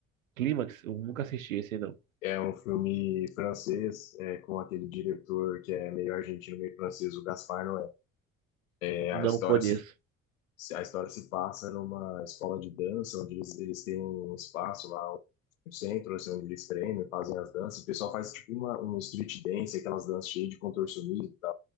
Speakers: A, on the right; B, on the left.
A: Clímax? Eu nunca assisti esse aí, não.
B: É um filme francês, é, com aquele diretor que é meio argentino, meio francês, o Gaspar Noé. É, É,
A: Não
B: a história
A: conheço.
B: se se- A história se passa numa escola de dança, onde eles, eles têm um espaço lá, um centro, assim, onde eles treinam, e fazem as danças. O pessoal faz tipo uma, um street dance, aquelas danças cheias de contorcionismo.